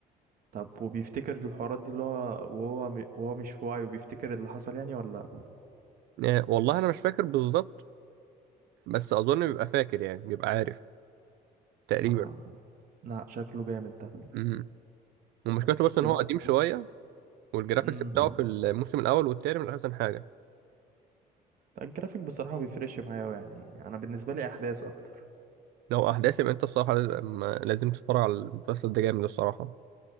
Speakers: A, on the right; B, on the right.
A: طب وبيفتكر الحوارات دي اللي هو وهو م- وهو مش في وعيه وبيفتكر اللي حصل يعني ولا
B: يعني والله انا مش فاكر بالظبط بس اظن بيبقى فاكر يعني بيبقى عارف تقريبا
A: اه لا شكله جامد ده
B: امم ومشكلته بس
A: بس
B: ان
A: الواحد
B: هو قديم
A: بصراحة
B: شويه والجرافيكس
A: امم
B: بتاعه في الموسم الاول والتاني من احسن حاجه
A: الجرافيك بصراحة ما بيفرقش معايا أوي يعني انا بالنسبة لي احداث اكتر
B: لو احداث يبقى انت الصراحه لازم لازم تتفرج على المسلسل ده جامد الصراحه